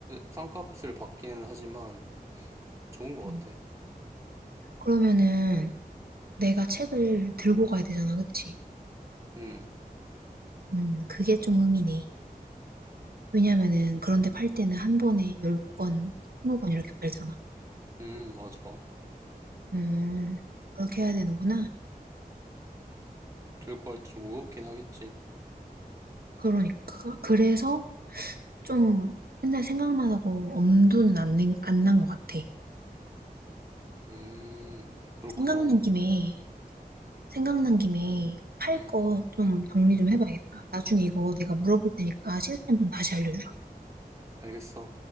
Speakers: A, on the right (about 20°); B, on the right (about 75°).
A: 싼값을 받기는 하지만, 좋은 것
B: 음.
A: 같아.
B: 그러면은 내가 책을 들고 가야 되잖아, 그치?
A: 음,
B: 음, 그게 좀 의미네. 왜냐면은 그런 데 팔 때는 한 번에 10 권, 20 권 이렇게 팔잖아.
A: 음, 맞아.
B: 음. 그렇게 해야 되는구나.
A: 들고 갈 때 좀 무겁긴 하겠지.
B: 그러니까 그래서 좀 맨날 생각만 하고 엄두는 안 안 난 것 같아.
A: 음, 그렇구나.
B: 생각난 김에 생각난 김에 팔
A: 음,
B: 거 좀 정리 좀 해 봐야겠다. 나중에 이거 내가 물어볼 테니까 시스템 좀 다시 알려주라.
A: 알겠어.